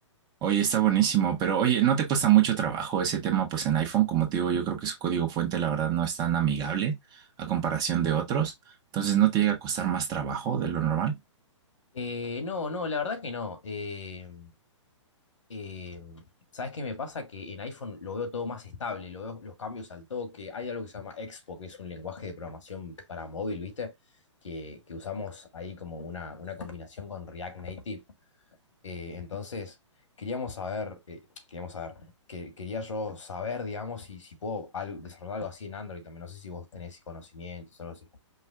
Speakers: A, on the right; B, on the left.
A: oye, está buenísimo, pero oye, no te cuesta mucho trabajo ese tema pues en iPhone, como te digo, yo creo que su código fuente la verdad no es tan amigable a comparación de otros, entonces no te llega a costar más trabajo de lo normal.
B: Eh, no, no, la verdad que no. Eh, eh, ¿sabes qué me pasa? Que en iPhone lo veo todo más estable, lo veo los cambios al toque. Hay algo que se llama Expo, que es un lenguaje de programación para móvil, ¿viste? Que, que usamos ahí como una, una combinación con React Native. Eh, entonces, queríamos saber, eh, queríamos saber, que, quería yo saber, digamos, si, si puedo al- desarrollar algo así en Android también. No sé si vos tenés conocimientos o algo así.